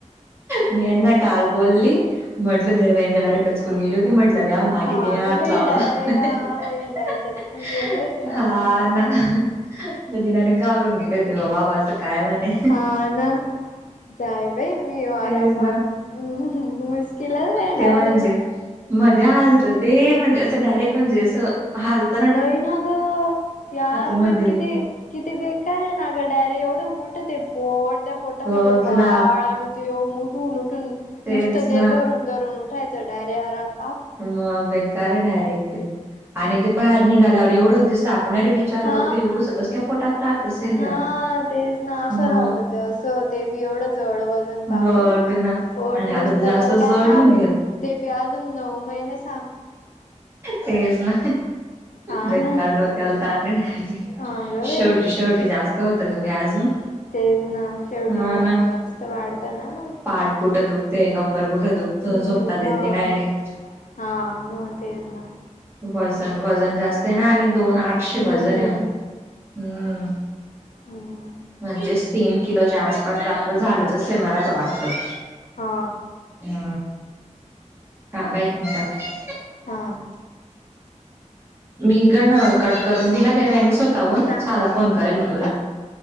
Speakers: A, on the right; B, on the left.
A: मी यांना काल बोलली म्हटलं देव तडे डचकून गेली होती म्हटलं या मागे
B: हा
A: तिने
B: अगं
A: हात
B: बाई
A: लावला
B: डायरेक्ट हा
A: <unintelligible>
B: बाई डायरेक्ट डचकून गेले होते
A: हा
B: आरावर.
A: ना न तने घाबरून गेले तेव्हा बाबा असं काय म्हणे
B: हा ना जाय बाई मी वाराबाप
A: तेच ना
B: मुश्किलच आहे
A: ते
B: डायरेक्ट
A: म्हणजे मध्ये हालत ते म्हणजे असं डायरेक्ट म्हणजे अस हाल -
B: नाही ना गं यार
A: मध्ये
B: पण किती किती बेकार आहे ना गं डायरे एवढं मो -ट्ट ते पोट त्या पोटामध्ये
A: बघ
B: बाळ
A: ना
B: आणि न ते उठून उटून
A: तेच
B: नुसतं
A: ना
B: ते धरून धरून उठायचं डायरे आराब
A: म बेकार आहे डायरेक्ट ते आणि ते बाहेर निघाल्यावर एवढं दिसत आपण <unintelligible>
B: हा
A: एवढंच कस काय पोटात राहत असेल
B: हा
A: यार
B: तेच ना असं
A: हो
B: राहत तसं हो ते बी एवढं जड वजन
A: बघ
B: बापरे
A: ना
B: पोट
A: आणि आता
B: नुसतक
A: तर जास्त जडून
B: काय हालून ते बी अजून नऊ महिनेच
A: तेज ना
B: हा
A: बेकार
B: ना
A: डोक्याला तानाय नाही बाई
B: हा ग बाई
A: शेवटी शेवटी जास्त होतं ग बई अजून
B: तेज ना शेवटी
A: हा
B: शेवटी
A: ना
B: जास्त वाढतं ना मग
A: पाठ कुठं दुखते कंबर कुठं दुखतं
B: हम्म
A: झोपताच येत
B: मग
A: नाही डायरेक्ट
B: हा म तेज ना
A: वजन वजन जास्त आहे ना आणि दोन आठशे
B: हम्म.
A: वजन आहे हम्म
B: हम्म
A: म्हणजेच तीन किलोच्या आसपास जास्त झालंच असे मला तर वाटते
B: हा
A: ह थांब ह एक मिनिटं
B: होय
A: मी हीकडन कट करून दिला देवयानी स्वतःहून
B: काय
A: साधा फोन करेल मग तुला
B: का